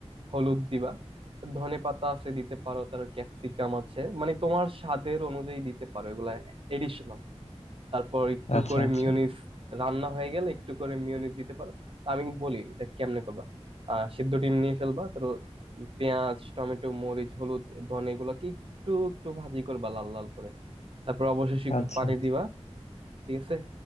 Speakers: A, on the right (about 55°); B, on the left (about 80°).
A: হলুদ দিবা ধনে পাতা আছে দিতে পারো তার ক্যাপসিকাম আছে মানে তোমার স্বাদের অনুযায়ী দিতে পারো এগুলা এডিশনাল তারপর একটু
B: আচ্ছা
A: করে
B: আচ্ছা
A: মিয়োনিজ রান্না হয়ে গেলে একটু করে মিয়োনিজ দিতে পারো তা আমি বলি এটা কেমনে করবা আহ সিদ্ধ ডিম নিয়ে ফেলবা তো পেঁয়াজ টমেটো মরিচ হলুদ ধনে এগুলাকে একটু একটু ভাজি করবা লাল লাল করে তারপর অবশেষে একটু
B: আচ্ছা
A: পানি দিবা ঠিক আছে